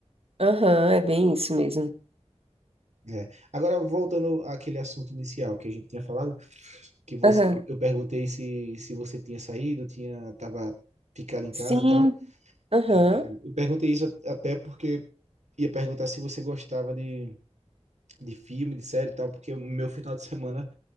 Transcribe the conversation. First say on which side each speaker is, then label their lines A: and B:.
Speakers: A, on the right; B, on the right.
A: Aham, é bem isso mesmo.
B: É. Agora, voltando àquele assunto inicial que a gente tinha falado, que você,
A: Aham.
B: eu perguntei se, se você tinha saído, tinha, tava ficado em casa
A: Sim.
B: e tal.
A: Aham.
B: É, eu perguntei isso até porque ia perguntar se você gostava de, de filme, de série e tal, porque o meu final de <laughs> semana